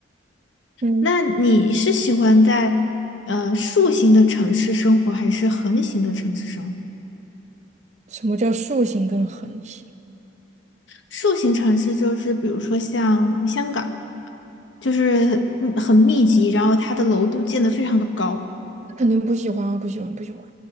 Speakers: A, on the right; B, on the left.
A: 嗯，
B: 那你是喜欢在呃竖形的城市生活，还是横形的城市生活？
A: 什么叫竖形跟横形？
B: 竖形城市就是比如说像香港。就是很嗯很密集，然后它的楼都建得非常的高。
A: 肯定不喜欢啊，不喜欢，不喜欢。